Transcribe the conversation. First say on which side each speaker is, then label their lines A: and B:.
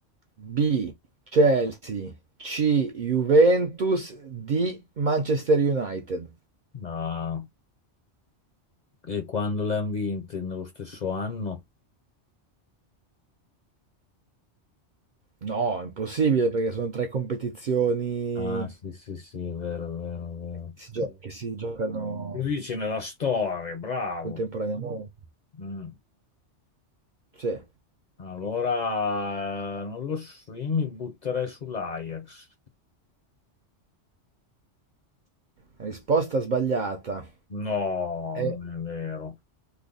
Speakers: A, on the right; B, on the left.
A: B, Chelsea, C, Juventus, D, Manchester United.
B: Ah, E quando l'hanno vinto? Nello stesso anno?
A: No, è impossibile perché sono tre competizioni
B: Ah, sì, sì, sì, è vero, è vero, è
A: che si, gio-
B: vero.
A: che si giocano.
B: Lui dice nella storia, bravo.
A: Contemporaneamente.
B: Mm.
A: Sì.
B: Allora, eh, non lo so, io mi butterei sull'Ajax.
A: La risposta sbagliata.
B: No,
A: Eh,
B: non è vero.